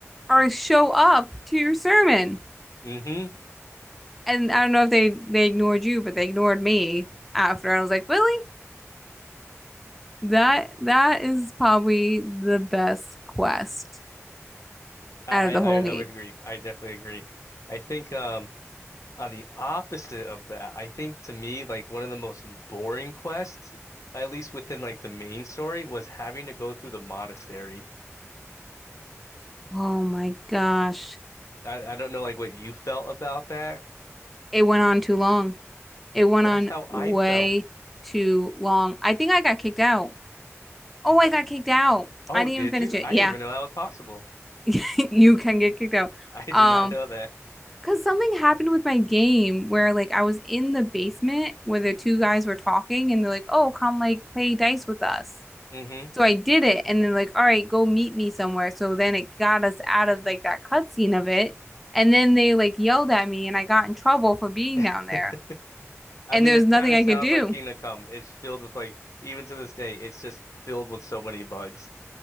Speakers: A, in the centre; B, on the left.
A: are show up to your sermon,
B: mm-hmm.
A: and I don't know if they they ignored you, but they ignored me after. I was like, really? That that is probably the best quest
B: I,
A: out
B: I
A: of the
B: I
A: whole game.
B: I would agree. I definitely agree. I think um On the opposite of that, I think to me, like one of the most boring quests, at least within like the main story, was having to go through the monastery.
A: Oh my gosh.
B: I, I don't know like what you felt about that.
A: It went on too long. It went
B: That's
A: on
B: how
A: way
B: I felt.
A: too long. I think I got kicked out. Oh, I got kicked out.
B: Oh,
A: I didn't
B: did
A: even finish
B: you?
A: it.
B: I
A: Yeah,
B: didn't even know that was possible.
A: <laughs> you can get kicked out.
B: <laughs> I
A: Um,
B: did not know that.
A: because something happened with my game where like I was in the basement where the two guys were talking and they're like, "Oh, come like play dice with us."
B: hmm
A: So I did it and they're like, "All right, go meet me somewhere." So then it got us out of like that cutscene of it. And then they like yelled at me and I got in trouble for being
B: <laughs>
A: down there.
B: I
A: And
B: mean,
A: there's
B: that
A: nothing
B: kind of
A: I
B: sounds
A: could do.
B: like Kingdom Come. It's filled with like, even to this day, it's just filled with so many bugs.